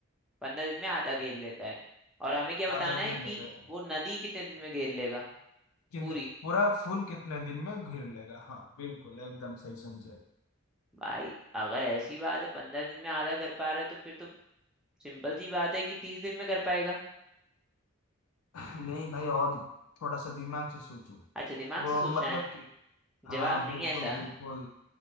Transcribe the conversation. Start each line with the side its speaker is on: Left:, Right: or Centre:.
Centre: पंद्रह दिन में आधा घेर लेता है और हमें क्या बताना
Left: आधा घेर
Centre: है कि
Left: लेता है
Centre: वो नदी कितने दिन में घेर लेगा
Left: किंतु
Centre: पूरी
Left: पूरा फूल कितने दिन में घेर लेगा हाँ बिल्कुल एकदम सही समझे
Centre: भाई अगर ऐसी बात है पंद्रह दिन में आधा कर पा रहा है तो फिर तो सिंपल सी बात है कि तीस दिन में कर पाएगा
Left: नहीं भाई और थोड़ा सा दिमाग से सोचो
Centre: अच्छा दिमाग
Left: वो
Centre: से सोचना
Left: मतलब
Centre: है
Left: कि हाँ
Centre: जवाब
Left: बिल्कुल
Centre: नहीं है ऐसा
Left: बिल्कुल